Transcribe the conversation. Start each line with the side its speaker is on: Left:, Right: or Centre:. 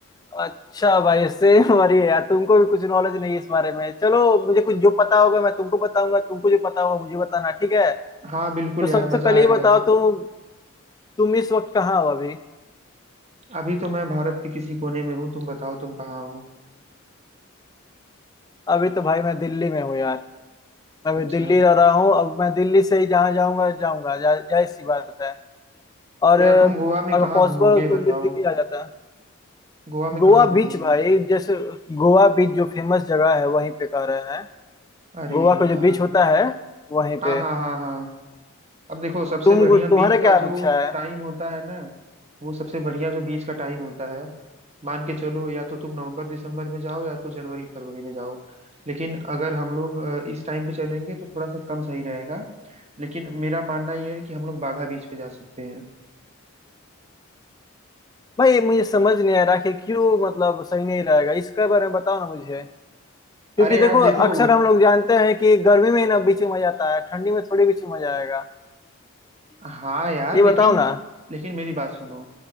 Left: अच्छा भाई सेम हमारी <laughs> है यार तुमको भी कुछ नॉलेज नहीं है इस बारे में चलो मुझे कुछ जो पता होगा मैं तुमको बताऊंगा तुमको जो पता होगा मुझे बताना ठीक है
Right: हाँ बिल्कुल
Left: तो सबसे
Right: यार मजा
Left: पहले
Right: आएगा
Left: ये बताओ तुम तुम इस वक्त कहाँ हो अभी
Right: अभी तो मैं भारत के किसी कोने में हूँ तुम बताओ तुम कहाँ हो
Left: अभी तो भाई मैं दिल्ली में हूँ यार मैं अभी
Right: अच्छा
Left: दिल्ली रह रहा हूँ अब मैं दिल्ली से ही जहाँ जाऊँगा जाऊँगा जा- जाहिर सी बात है और
Right: यार
Left: अ,
Right: तुम गोवा में
Left: अगर
Right: कहाँ
Left: पॉसिबल
Right: घूमोगे
Left: हो तो तुम
Right: बताओ
Left: भी दिल्ली आ जाता
Right: गोवा में
Left: गोवा
Right: कहाँ
Left: बीच
Right: घूमोगे
Left: भाई जैसे गोवा बीच जो फेमस जगह है वहीं पे कह रहे हैं
Right: अरे
Left: गोवा
Right: यार
Left: का जो बीच होता है वहीं
Right: हाँ
Left: पे
Right: हाँ हाँ हाँ अब देखो सबसे
Left: तुम
Right: बढ़िया बीच
Left: तुम्हारा
Right: का
Left: क्या
Right: जो
Left: अपेक्षा है
Right: टाइम होता है ना वो सबसे बढ़िया जो बीच का टाइम होता है मान के चलो या तो तुम नवंबर दिसंबर में जाओ या तो जनवरी फरवरी में जाओ लेकिन अगर हम लोग अ, इस टाइम पे चलेंगे तो थोड़ा सा कम सही रहेगा लेकिन मेरा मानना यह है कि हम लोग बाघा बीच पे जा सकते हैं
Left: भाई मुझे समझ नहीं आ रहा कि क्यों मतलब सही नहीं रहेगा इसके बारे में बताओ ना मुझे क्योंकि
Right: अरे
Left: देखो
Right: यार देखो
Left: अक्सर हम लोग जानते हैं कि गर्मी में ही ना बीच में मजा आता है ठंडी में थोड़ी बीच में मजा आएगा
Right: हाँ यार
Left: ये
Right: लेकिन
Left: बताओ ना
Right: लेकिन मेरी बात सुनो